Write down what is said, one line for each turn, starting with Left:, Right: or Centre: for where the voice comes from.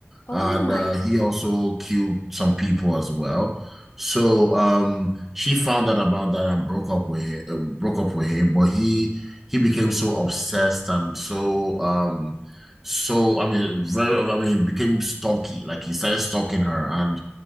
Left: Oh
Centre: and
Left: my
Centre: uh
Left: God.
Centre: he also killed some people as well. So um she found out about that and broke up with him, uh, broke up with him, but he he became so obsessed and so um so I mean very I mean he became stalky. Like he started stalking her and